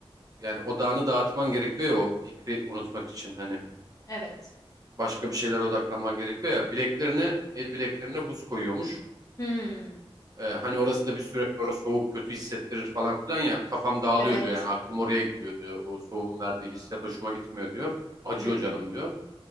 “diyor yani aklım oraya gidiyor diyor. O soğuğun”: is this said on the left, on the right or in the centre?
Right